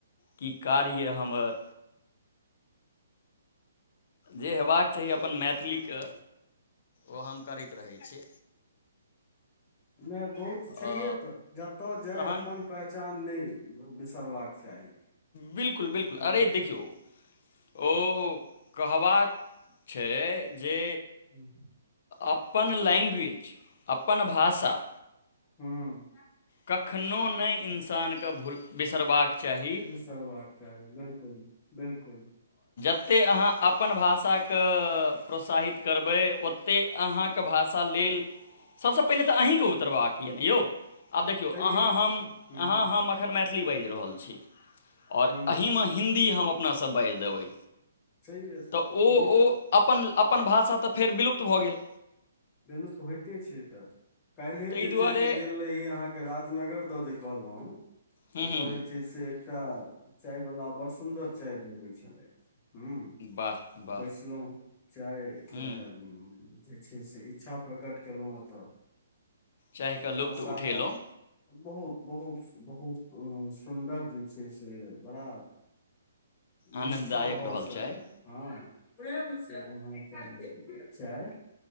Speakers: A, on the left; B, on the left.
A: की कार्य य हमर जे हेबाक चाही अपन मैथिलीके ओ हम करैत रहै छी
B: नहि बहुत
A: आ
B: छैहे तऽ जतय जाय
A: तहन
B: अपन पहचान नै बिसरबाक चाही
A: बिलकुल बिलकुल
B: हँ
A: अरे देखियौ ओ कहबाक छै जे
B: ह्म
A: अपन लैंग्वेज अपन भाषा
B: हू <unintelligible>
A: कखनो नहि इन्सानके भूल बिसरबाक चाही
B: सर बात च बिलकुल बिलकुल
A: जते अहाँ अपन भाषाक के प्रोत्साहित करबै ओते अहाँके भाषा ल त सभसँ पहिने तऽ अहीँके उतरबाक यऽ ने यौ आब देखियौ
B: छैहे
A: अहाँ
B: तऽ
A: हम
B: हूँ
A: अहाँ हम एखन मैथिली बाज रहल छी ओर
B: हूँ
A: एहिमे हिन्दी हम अपनासँ बाजि देबै
B: छैहे
A: तऽ ओ
B: नहि
A: ओ अपन अपन भाषा तऽ फेर विलुप्त भऽ गेल
B: बिलु त होइते छै तऽ काल्हिए
A: ताहि
B: जे
A: दुआरे
B: छै से गेल रही अहाँके राजनगर दऽ जे कहलहुँ
A: हूँ
B: ओतऽ
A: हूँ
B: जे छै से एकटा चाय वला बड़ सुन्दर चाय बनबै छलथि हूँ
A: वाह वाह
B: बैसलहुँ चायके
A: हूँ
B: जे छै से इच्छा प्रकट केलहुँ ओतऽ
A: चाहि कऽ लुप्त
B: पाँच सात
A: उठेलहुँ
B: आ बहुत बहुत बहुत सुन्दर जे छै से बड़ा
A: आनन्ददायक
B: निष्ठा भावसँ
A: रहल चाय
B: हँ ह चाय